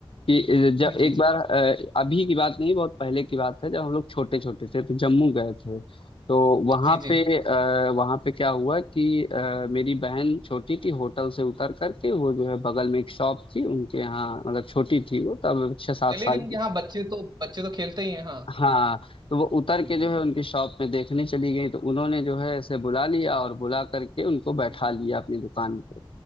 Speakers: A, on the left (about 70°); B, on the right (about 50°).
A: कि जब
B: जी जी
A: एक
B: जी
A: बार अ, अभी की बात नहीं बहुत पहले की बात है जब हम लोग छोटे छोटे थे तो जम्मू गए थे तो वहां
B: जी जी
A: पे
B: जी
A: आ, वहां पे क्या हुआ कि अ, मेरी बहन छोटी थी होटल से उतर करके वो जो है बगल में एक शॉप थी उनके यहाँ मतलब छोटी थी वो तब छह सात
B: चलिए
A: साल
B: क्योंकि
A: की
B: हाँ
A: थी।
B: बच्चे तो बच्चे तो खेलते ही हैं हाँ
A: हाँ तो वो उतर
B: जी
A: के
B: जी
A: जो है
B: जी
A: उनकी शॉप में देखने चली गई तो उन्होंने जो है ऐसे बुला लिया
B: अच्छा
A: और बुला करके उनको बैठा
B: जी जी
A: लिया अपनी दुकान पे